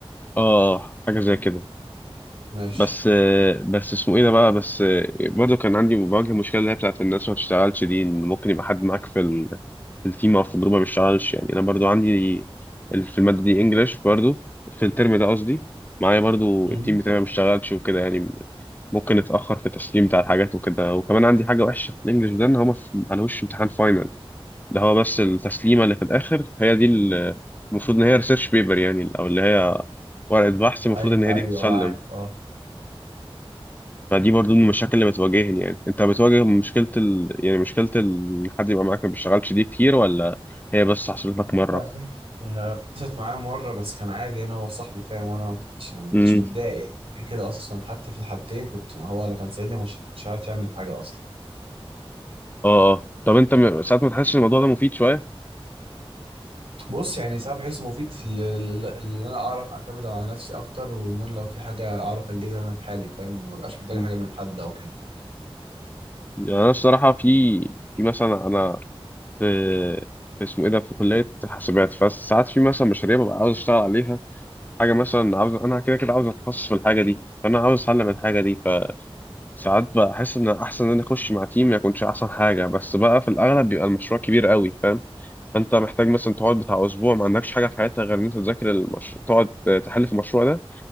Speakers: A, on the left; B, on the right.
A: اه حاجة زي كده
B: ماشي
A: بس بس اسمه ايه ده بقى بس برضه كان عندي بواجه مشكله اللي هي بتاعت الناس ما بتشتغلش دي ان ممكن يبقى حد معاك في ال... في التيم او في الجروب ما بيشتغلش يعني انا برضه عندي ال- في الماده دي انجلش برضه في الترم ده قصدي معايا برضه
B: مم.
A: التيم بتاعي ما بيشتغلش وكده يعني ممكن اتاخر في التسليم بتاع الحاجات وكده وكمان عندي حاجه وحشه في الانجلش ده ان هما في... على وش امتحان فاينل ده هو بس التسليمه اللي في الاخر هي دي ال- المفروض ان هي ريسيرش بيبر يعني او اللي هي ورقه بحث المفروض
B: ايوه
A: ان هي دي
B: ايوه
A: تسلم
B: اه عارف اه
A: فدي برضو من المشاكل اللي بتواجهني يعني انت بتواجه مشكلة ال... يعني مشكلة ال... حد يبقى معاك ما بيشتغلش دي كتير ولا هي بس حصلت لك
B: لا،
A: مرة
B: جامد. آه، حصلت معايا مره بس كان عادي يعني هو صاحبي فاهم وانا ما كنتش يعني ما كنتش
A: امم
B: متضايق يعني كده كده اصلا حتى في الحالتين كنت ما هو لو كان ساعدني ما كنتش ما كنتش عارف يعمل حاجه اصلا
A: اه اه طب انت م... ساعات ما تحسش الموضوع ده مفيد شوية
B: بص يعني ساعات بحس مفيد في ال- ال- ال- ان انا اعرف اعتمد على نفسي اكتر وان انا لو في حاجه اعرف انجزها انا لحالي فاهم ما بقاش محتاج
A: مم.
B: حاجه من حد او كده
A: يعني انا الصراحة في في مثلا انا في في اسمه ايه ده في كلية حاسبات فساعات في مثلا مشاريع ببقى عاوز اشتغل عليها حاجة مثلا عاوز انا كده كده عاوز اتخصص في الحاجة دي فانا عاوز اتعلم الحاجة دي ساعات بحس ان احسن ان انا اخش مع تيم ما يكونش احسن حاجه بس بقى في الاغلب بيبقى المشروع كبير قوي فاهم انت محتاج مثلا تقعد بتاع اسبوع ما عندكش حاجه في حياتك غير ان انت تذاكر المشروع تقعد تحل في المشروع ده